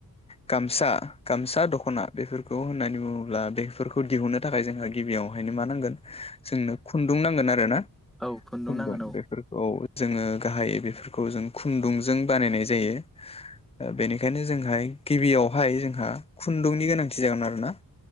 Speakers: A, on the left (about 20°); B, in the centre.
A: गामसा गामसा दख'ना बेफोरखौ होननानै बुङो। अब्ला बेफोरखौ दिहुननो थाखाय जोंहा गिबियावहायनो मा नांगोन जोंनो खुन्दुं नांगोन आरो ना
B: औ
A: खुन्दुं
B: नांगोन औ
A: बेफोरखौ औ जोङो गाहायै बेफोरखौ जों खुन्दुंजों बानायनाय जायो। ओ बेनिखायनो जोंहाय गिबियावहाय जोंहा खुन्दुंनि गोनांथि जागोन आरोना